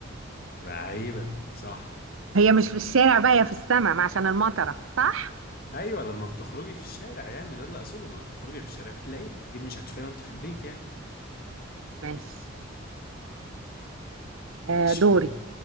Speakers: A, on the left; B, on the right.
A: عيبة صح
B: هي مش في الشارع بقى هي في السماء عشان المطره صح
A: أيوة لما بتخرجي في الشارع يعني ده اللي أقصده لما بتخرجي في الشارع بتلاقيها أكيد مش هتشوفيها وأنت في البيت يعني
B: ماشي
A: ماشي
B: آه دوري
A: قول